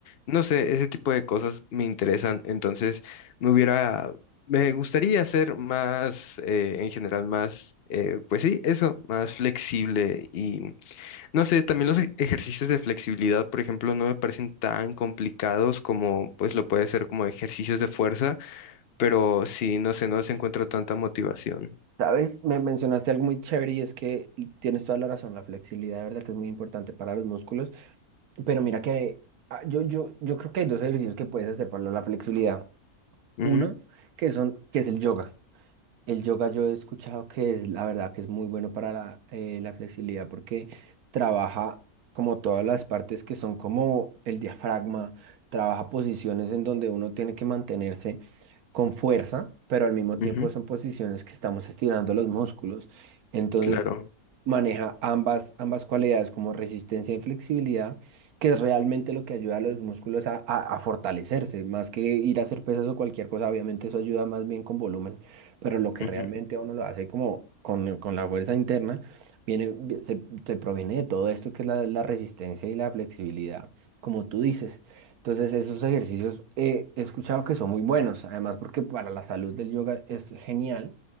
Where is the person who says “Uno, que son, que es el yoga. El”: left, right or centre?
Right